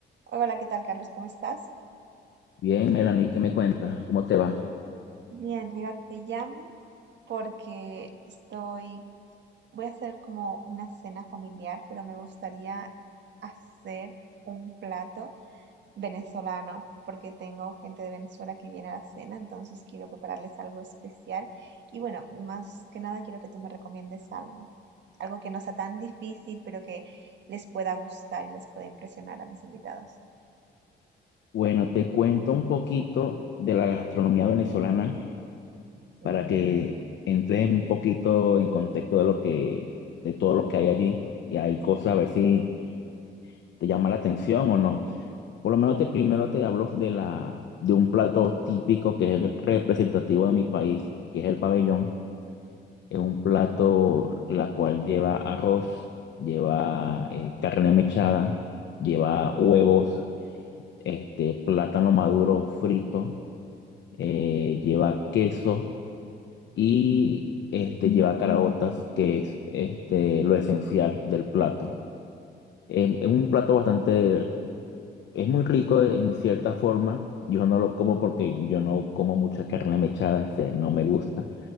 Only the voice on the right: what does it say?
Hola, ¿qué tal, Carlos? ¿Cómo estás?
Bien, mira, te llamo porque estoy, voy a hacer como una cena familiar, pero me gustaría hacer un plato venezolano, porque tengo gente de Venezuela que viene a la cena, entonces quiero prepararles algo especial. Y bueno, más que nada quiero que tú me recomiendes algo, algo que no sea tan difícil, pero que les pueda gustar y les pueda impresionar a mis invitados.
Sí.